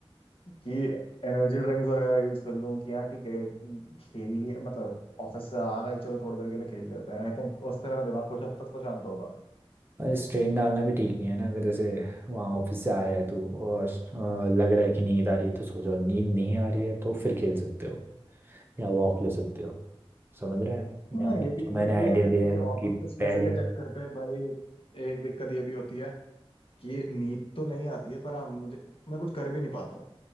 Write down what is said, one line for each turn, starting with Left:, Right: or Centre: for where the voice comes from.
Left: कि एनर्जी ड्रिंक्स वगैरह यूज कर लूँ कि हाँ ठीक है खेल लिए मतलब ऑफिस से आ गए चलो थोड़ी देर के लिए खेल लेते हैं आई थिंक उससे मेरा दिमाग कुछ हद तक तो शांत होगा
Right: और स्ट्रेन डालना भी ठीक नहीं है ना अगर जैसे वहाँ ऑफिस से आया है तू और अ, लग रहा है कि नींद आ रही है तो सो जाओ नींद नहीं आ रही है तो फिर खेल सकते हो या वॉक ले सकते हो समझ रहे हैं
Left: हाँ
Right: ना
Left: ये
Right: तो जो
Left: भी
Right: मैंने
Left: क्योंकि
Right: आइडिया
Left: यार
Right: दिया
Left: ये
Right: है
Left: ऑफिस
Right: कि पहले
Left: के स्ट्रेस के चक्कर पे भाई एक दिक्कत ये भी होती है कि नींद तो नहीं आती है पर हाँ मुझे मैं कुछ कर भी नहीं पाता